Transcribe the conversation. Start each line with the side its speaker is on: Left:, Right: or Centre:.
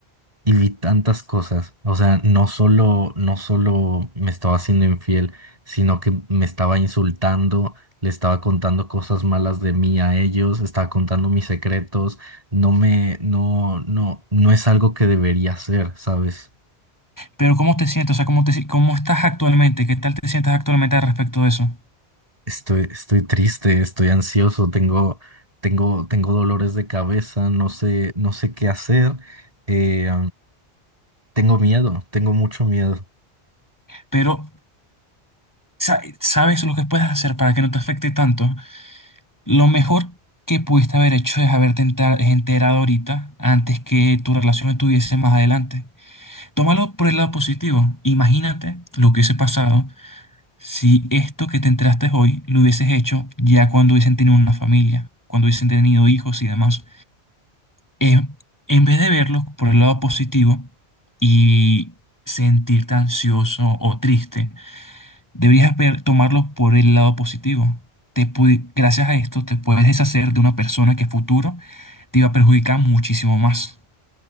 Right: y vi tantas cosas. O sea, no solo, no solo me estaba haciendo infiel, sino que me estaba insultando, le estaba contando cosas malas de mí a ellos, estaba contando mis secretos. No me, no, no, no es algo que debería hacer, ¿sabes?
Left: Pero ¿cómo te sientes? O sea, ¿cómo te, si- cómo estás actualmente? ¿Qué tal te sientes actualmente al respecto de eso?
Right: Estoy, estoy triste, estoy ansioso, tengo, tengo, tengo dolores de cabeza, no sé, no sé qué hacer, eh, tengo miedo, tengo mucho miedo.
Left: Pero, sa- ¿sabes lo que puedes hacer para que no te afecte tanto? Lo mejor que pudiste haber hecho es haberte enter- enterado ahorita antes que tu relación estuviese más adelante. Tómalo por el lado positivo. Imagínate lo que hubiese pasado si esto que te enteraste hoy lo hubieses hecho ya cuando hubiesen tenido una familia, cuando hubiesen tenido hijos y demás. Eh, en vez de verlo por el lado positivo y sentirte ansioso o triste, deberías ver- tomarlo por el lado positivo. Te pu- gracias a esto te puedes deshacer de una persona que a futuro te iba a perjudicar muchísimo más.